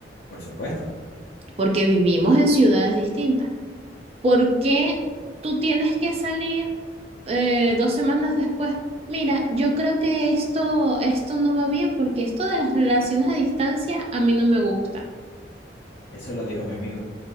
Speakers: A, on the left; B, on the right.
A: por supuesto.
B: porque vivimos en ciudades distintas. ¿Por qué tú tienes que salir eh, dos semanas después, mira, yo creo que esto, esto no va bien porque esto de las relaciones a distancia a mí no me gusta.
A: Eso lo dijo mi amigo.